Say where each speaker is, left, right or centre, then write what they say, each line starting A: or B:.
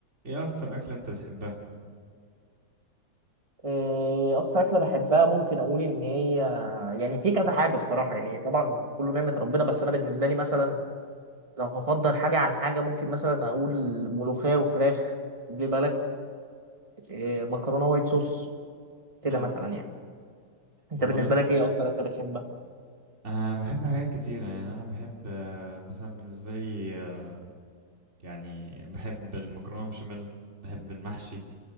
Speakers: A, on the right; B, on the right.
A: ايه اكتر اكلة انت بتحبها
B: إيه، اكتر اكله بحبها ممكن اقول ان هي يعني في كذا حاجه الصراحه يعني طبعا كله نعمه ربنا بس انا بالنسبه لي مثلا لو هفضل حاجه عن حاجه ممكن مثلا اقول ملوخيه وفراخ خلي بالك إيه،
A: امم
B: مكرونه وايت صوص كده
A: اه
B: مثلا يعني انت
A: والله
B: بالنسبه لك ايه اكتر اكله بتحبها
A: انا بحب حاجات كتيرة يعني انا بحب آه، مثلا بالنسبة لي آه، يعني بحب المكرونة بشاميل بحب المحشي